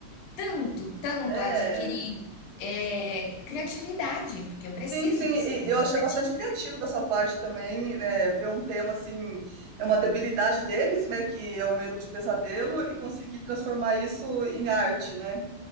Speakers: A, on the left; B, on the right.
A: tanto, tanto
B: É.
A: adquirir, eh, criatividade, porque eu preciso
B: Sim, sim,
A: ser
B: e
A: muito
B: eu achei
A: criativa.
B: bastante criativo da sua parte também, né? Ver um tema assim, é uma debilidade deles, né? Que é o medo de pesadelo, e conseguir transformar isso em arte, né?